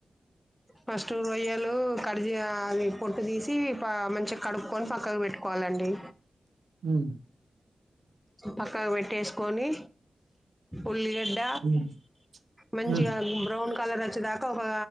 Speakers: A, in the centre; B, on the right (about 85°).
A: ఫస్ట్ రోయ్యలు లు కడి చేయ అది పొట్టు తీసి ప మంచిగా కడుక్కోని పక్కకు పెట్టుకోవాలండి.
B: హ్మ్
A: పక్కకు వేట్టేసుకొని ఉల్లిగడ్డ
B: ఉమ్,
A: మంచిగా
B: ఉమ్,
A: బ్రౌన్ కలర్ వచ్చేదాకా ఒక